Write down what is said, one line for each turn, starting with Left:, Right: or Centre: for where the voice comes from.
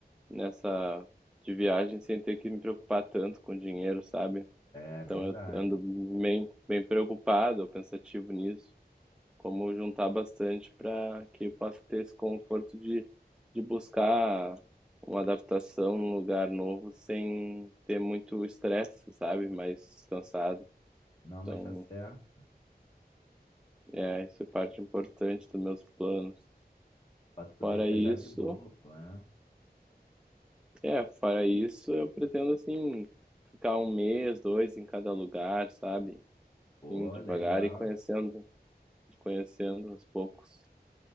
Centre: nessa de viagem sem ter que me preocupar tanto com dinheiro, sabe?
Left: É
Centre: Então
Left: verdade.
Centre: eu ando bem, bem preocupado, pensativo nisso. como juntar bastante para que eu possa ter esse conforto de, de buscar uma adaptação num lugar novo sem ter muito estresse, sabe? Mais cansado.
Left: Não,
Centre: Então,
Left: mas tá certo.
Centre: é, isso é parte importante dos meus planos.
Left: Pra tu poder
Centre: Fora
Left: viajar
Centre: isso,
Left: de boa, pô, né?
Centre: é, fora isso, eu pretendo, assim, ficar um mês, dois em cada lugar, sabe?
Left: Pô,
Centre: Assim, devagar
Left: legal.
Centre: e conhecendo, conhecendo aos poucos,